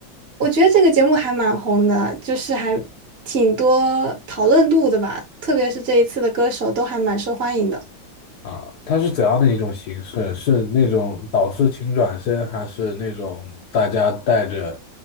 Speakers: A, on the right; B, on the left.
A: 我觉得这个节目还蛮红的，就是还挺多讨论度的吧，特别是这一次的歌手都还蛮受欢迎的。
B: 啊，它是怎样的一种形式？是那种导师请转身，还是那种大家戴着